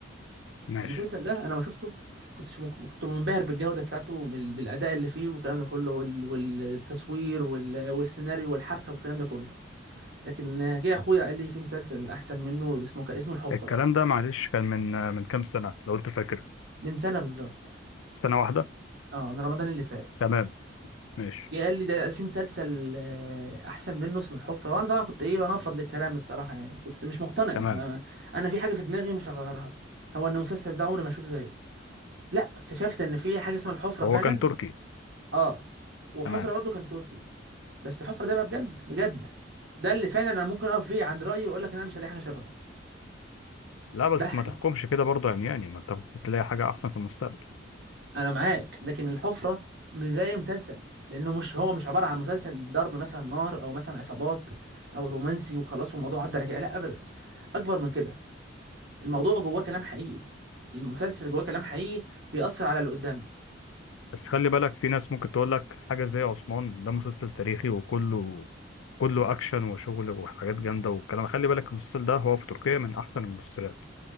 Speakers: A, on the left; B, on the right.
A: ماشي
B: المسلسل ده انا ما شفته كنتش مك- كنت منبهر بالجوده بتاعته بال- بالاداء اللي فيه والكلام ده كله وال- والتصوير وال- والسيناريو والحبكه والكلام ده كله لكن جه اخويا قال لي في مسلسل احسن منه اسمه ك- اسمه الحفره
A: الكلام ده معلش كان من من كام سنة لو أنت فاكر
B: من سنه بالظبط
A: سنة واحدة
B: اه من رمضان اللي فات
A: تمام ماشي
B: جه قال لي ده في مسلسل آه، احسن منه اسمه الحفره وانا طبعا كنت ايه بنفض للكلام الصراحه يعني كنت مش مقتنع
A: تمام
B: ما- انا في حاجه في دماغي مش هغيرها هو ان المسلسل ده عمري ما اشوف زيه لا اكتشفت ان في حاجه اسمها الحفره
A: هو
B: فعلا
A: كان تركي
B: اه وحفره
A: تمام
B: برضو كان تركي بس حفرة ده بقى بجد بجد ده اللي فعلا انا ممكن اقف فيه عند رايي واقول لك ان انا مش هلاقي حاجه شبهه
A: لا بس
B: ده حقيقي
A: ما تحكمش كده برضه يعني يعني ما أنت ممكن تلاقي حاجة أحسن في المستقبل
B: انا معاك لكن الحفره مش زي مسلسل لانه مش هو مش عباره عن مسلسل ضرب مثلا نار او مثلا عصابات او رومانسي وخلاص والموضوع عدى على كده لا ابدا اكبر من كده الموضوع جواه كلام حقيقي المسلسل جواه كلام حقيقي بيأثر على اللي قدامه
A: بس خلي بالك في ناس ممكن تقول لك حاجة زي عثمان ده مسلسل تاريخي وكله كله أكشن وشغل وحاجات جامدة والكلام خلي بالك المسلسل ده هو في تركيا من أحسن المسلسلات